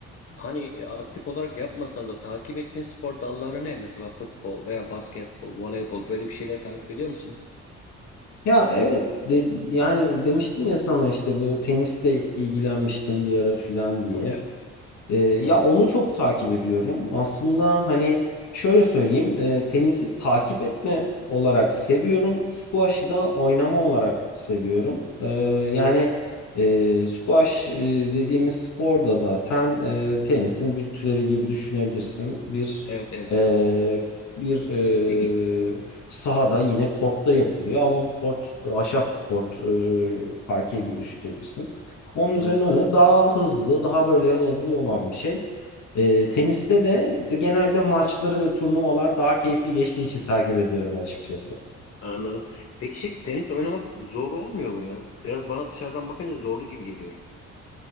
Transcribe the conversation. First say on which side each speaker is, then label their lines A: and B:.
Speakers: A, on the left; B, on the left.
A: hani e, aktif olarak yapmasan da takip ettiğin spor dalları ne? Mesela futbol veya basketbol, voleybol böyle bir şeyler takip ediyor musun?
B: Ya evet de- yani demiştim ya sana işte bu teniste ilgilenmiştim bir ara filan diye.
A: Evet.
B: Ee, ya
A: Evet.
B: onu çok takip ediyorum. Aslında hani şöyle söyleyeyim, e, tenisi takip etme olarak seviyorum. Squash'ı da oynama olarak seviyorum. Ee, yani e, squash e, dediğimiz spor da zaten e, tenisin bir türevi gibi düşünebilirsin. Bir
A: Evet. Evet.
B: e, bir
A: Peki
B: e, sahada yine kortta yapılıyor ama bu kort e, ahşap kort e, parke gibi düşünebilirsin. Onun üzerine
A: evet
B: oynadı. Daha hızlı, daha böyle hızlı olan bir şey. Ee, teniste de, de genellikle maçları ve turnuvalar daha keyifli geçtiği için takip ediyorum açıkçası.
A: anladım. Peki şey tenis oynamak zor olmuyor mu ya? Biraz bana dışarıdan bakınca zorlu gibi geliyor.